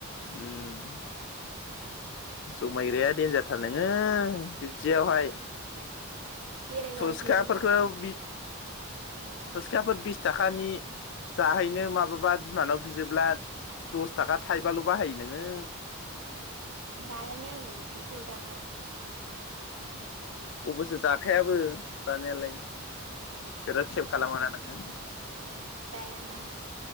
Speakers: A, on the left (about 55°); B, on the right (about 65°).
A: उम जमायग्राया दन्जारथार नोङो बिब्दियावहाय।
B: बेरायबा
A: फुसखाफोरखौ
B: जोबोना
A: बि फुसखाफोर बिस थाखानि जाहैनो माब्लाबा बिमानाव बियोब्ला दस थाखा थाइबाल' बाहायो नोङो
B: जायान आङो बिदिखौ दाना।
A: अबसो जाखायाबो जानायालाय बिराद सेेब खालामो नानोङो?
B: जायाना।